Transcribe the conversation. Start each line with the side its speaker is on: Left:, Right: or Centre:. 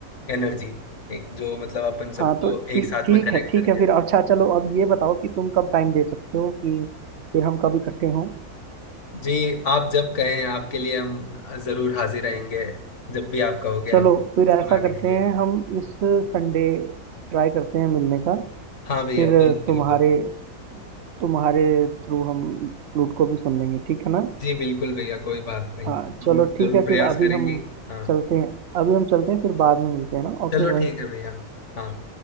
Left: एनर्जी एक जो मतलब अपन सबको
Right: हाँ तो ठीक
Left: एक साथ
Right: ठीक
Left: में कनेक्ट
Right: है ठीक
Left: करके
Right: है फिर अच्छा चलो अब ये बताओ कि तुम कब टाइम दे सकते हो कि फिर हम कब इकट्ठे हों
Left: जी आप जब कहें आपके लिए हम जरूर हाजिर रहेंगे जब भी आप कहोगे
Right: चलो
Left: हम
Right: फिर
Left: सुनाने
Right: ऐसा करते
Left: के लिए
Right: हैं हम इस संडे ट्राई करते हैं मिलने का
Left: हाँ भैया
Right: फिर
Left: बिल,
Right: तुम्हारे
Left: बिल्कुल
Right: तुम्हारे थ्रू हम फ्लूट को भी सुन लेंगे ठीक है ना
Left: जी बिल्कुल भैया कोई बात नहीं
Right: हाँ
Left: हम
Right: चलो ठीक
Left: जरूर
Right: है
Left: प्रयास
Right: फिर अभी
Left: करेंगे
Right: हम
Left: हाँ
Right: चलते हैं अभी हम चलते हैं फिर बाद में मिलते हैं ना ओके
Left: चलो
Right: भाई
Left: ठीक है भैया हाँ